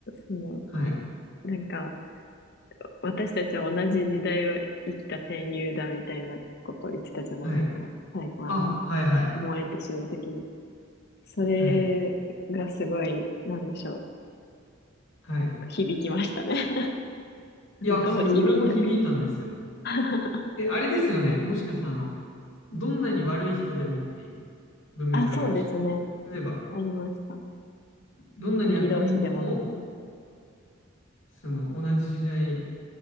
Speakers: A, on the left (about 55°); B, on the left (about 75°).
A: その、
B: はい、
A: なんか、私たちは同じ時代を生きた戦友だみたいなことを言ってたじゃないですか。
B: はい、
A: 最後、
B: あ、
A: あの、
B: はい、はい、
A: 燃えて死ぬときに。それがすごい、
B: はい、
A: なんでしょう。
B: はい。
A: 響きましたね。<laughs>
B: いや、
A: どう響いたか。
B: それ俺も響いたんですよ。
A: <laughs>
B: え、あれですよね。もしかして、あの、どんなに悪い人でもっていう文脈ありましたね。
A: あ、そうですね。
B: 例えば、
A: ありました。
B: どんなに悪人でも、
A: 敵同士でもみたいな。
B: その、同じ時代